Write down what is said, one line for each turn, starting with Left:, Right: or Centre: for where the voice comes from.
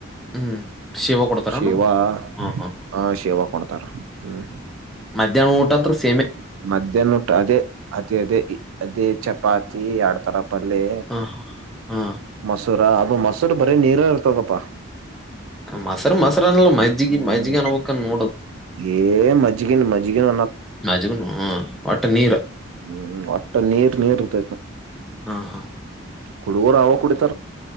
Centre: ಹ್ಮ್ ಶಿವ ಕೊಡ್ತಾರನು
Right: ಶೇವಾ
Centre: ಹ್ಮ್ ಹ್ಮ್
Right: ಹ ಶೇವಾ ಕೊಣ ತರ ಹ್ಮ
Centre: ಮಧ್ಯಾಹ್ನ ಊಟ ಅಂತ್ರ ಸೇಮೆ
Right: ಮ ಅದೇ ನೋಟ್ಟ ಅದೇ ಅದೇ ಅದೇ ಅದೇ ಚಪಾತಿ ಆಡ್ತರ ಪಲ್ಲೇ
Centre: ಹ ಹಾ
Right: ಮೊಸೂರ ಅದು ಮೊಸೂರ ಬರೀ ನೀರ ಇರ್ತದಪ್ಪಾ
Centre: ಮೊಸರು ಮೊಸರು ಅನ್ನಲ್ಲ ಮಜ್ಜಿಗೆ
Right: ಹ್ಮ್
Centre: ಮಜ್ಜಿಗೆ ಅನ್ಬಬೇಕನ್ ನೋಡದು
Right: ಏ ಮಜ್ಜಗನ್ ಮಜ್ಜ ಜಗ
Centre: ಮಜಗನು ಹ ಒಟ್ಟೆ ನೀರು
Right: ಹ್ಮ್ ಅಟ್ಟ ನೀರ್ ನೀರ್ತ
Centre: ಹಾ ಹಾ ಹ
Right: ಕುಡುವರ ಆವ ಕುಡತ